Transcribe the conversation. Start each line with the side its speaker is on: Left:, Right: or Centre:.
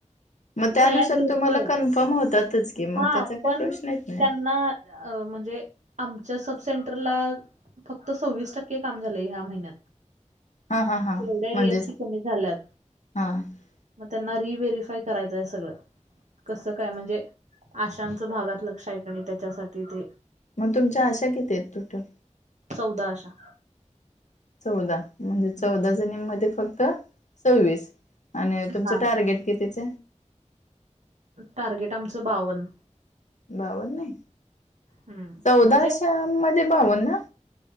Left: मग त्यानुसार
Right: सह्या घेतोय
Left: तुम्हाला कन्फर्म होतातच की मग
Right: हा
Left: त्याचा काही
Right: पण
Left: प्रश्न येत नाही
Right: त्यांना अ म्हणजे आमच्या सब सेंटरला फक्त सव्वीस टक्के काम झालंय ह्या महिन्यात.
Left: हा हा हा
Right: एवढ्या एएनसी
Left: म्हणजेच
Right: कमी झाल्यात
Left: हा
Right: मग त्यांना रिव्हेरीफाय करायचंय सगळं कसं काय म्हणजे? आशांचं भागात लक्ष आहे का नाही त्याच्यासाठी ते
Left: मग तुमच्या आशा किती आहेत टोटल?
Right: चौदा अशा
Left: चौदा म्हणजे चौदा
Right: हम्म.
Left: जणीं मध्ये फक्त सव्वीस आणि तुमचं
Right: हा
Left: टार्गेट कितीच?
Right: टार्गेट आमचं बावन्न
Left: बावन्न?
Right: हम्म
Left: चौदा
Right: म्हणजे
Left: आशा मध्ये बावन्न?